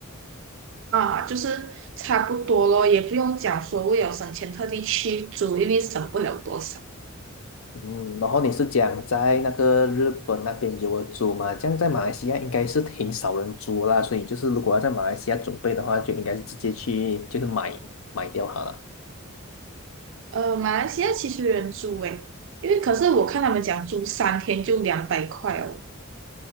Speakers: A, on the right; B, on the left.
A: 啊，就是差不多咯，也不用讲说为了省钱特地去租，因为省不了多少。
B: 嗯，然后你是讲在那个日本那边有人租嘛？这样在马来西亚应该是挺少人租啦，所以就是如果要在马来西亚准备的话，就应该是直接去就是买买掉好了。
A: 呃，马来西亚其实有人住诶，因为可是我看他们讲住三天就两百块哦，